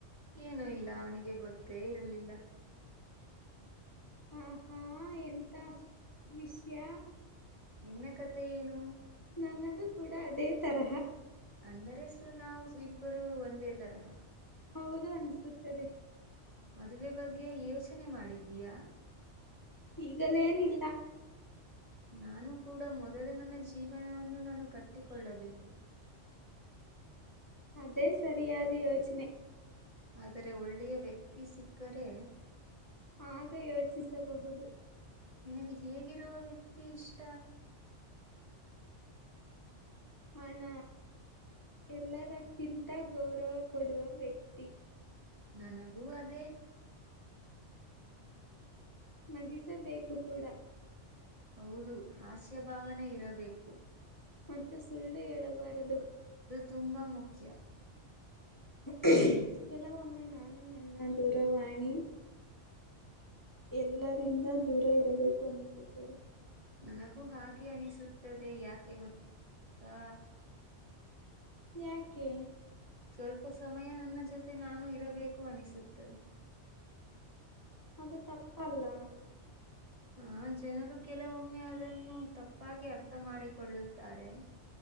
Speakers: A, on the right; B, on the left.
A: ಏನು ಇಲ್ಲ ಅವನಿಗೆ ಗೊತ್ತೇ ಇರಲಿಲ್ಲ
B: ಹ ಹಾ ಎಂತ ವಿಷಯ
A: ನಿನ್ನ ಕ ಮತ್ತ ಏನು
B: ನನ್ನದು ಕೂಡ ಅದೇ ತರಹ
A: ಅಂದರೆಸು ನಾವು ಇಬ್ಬರು ಒಂದೇ ತರಹ
B: ಹೌದು ಅನಿಸುತ್ತದೆ
A: ಮದುವೆ ಬಗ್ಗೆ ಯೋಚನೆ ಮಾಡಿದೀಯಾ
B: ಈಗಲೇಏನಿಲ್ಲ
A: ನಾನು ಕೂಡ ಮೊದಲು ನನ್ನ ಜೀವನವನ್ನು ನಾನು ಕಟ್ಟಿಕೊಳ್ಳಬೇಕು
B: ಅೇ ಸರಿಾದ ಯೋಚನೆ
A: ಆದರೆ ಒಳ್ಳೆಯ ವ್ಯಕ್ತಿ ಸಿಕ್ಕರೆ
B: ಆಗ ಯೋಚಿಸಬಹುದು
A: ನಿನಗೆ ಹೇಗಿರುವ ವ್ಯಕ್ತಿ ಇಷ್ಟ
B: ಹಣ ಎಲ್ಲದಕ್ಕಿಂತ ಗೌರವ ಕೊಡುವ ವ್ಯಕ್ತಿ ತ್ತಿ
A: ನನಗೂ ಅದೇ
B: ನಗಿಸ ಬೇಕು ಕೂಡ
A: ಹೌದು ಹಾಸ್ಯ ಭಾವನೆ ಇರಬೇಕು
B: ಮತ್ತು ಸುಳ್ಳು ಹೇಳಬಾರದು
A: ತುಂಬ ಮುಖ್ಯ
B: <inaudible> ಕೆಲವೊಮ್ಮೆ ನಾನು ನನ್ನ ದೂರವಾಣಿ ಎಲ್ಲರಿಂದ ದೂರ ಇರಬೇಕು ಅನ್ನಿಸುತ್ತದೆ
A: ನನಗೂ ಹಾಗೆ ಅನಿಸುತ್ತದೆ ಯಾಕೆ ಗೊತ್ತಾ
B: ಯಾಕೆ
A: ಸ್ವಲ್ಪ ಸಮಯ ನನ್ನ ಜೊತೆ ಮತ್ತೆ ನಾನು ಇರಬೇಕು ಅನಿಸುತ್ತದೆ
B: ಅದು ತಪ್ಪಲ್ಲ
A: ಆ ಜನರು ಕೆಲವೊಮ್ಮೆ ಅದನ್ನು ತಪ್ಪಾಗಿ ಅರ್ಥ ಮಾಡಾಡಿಕೊಳ್ಳುತ್ತಾರೆ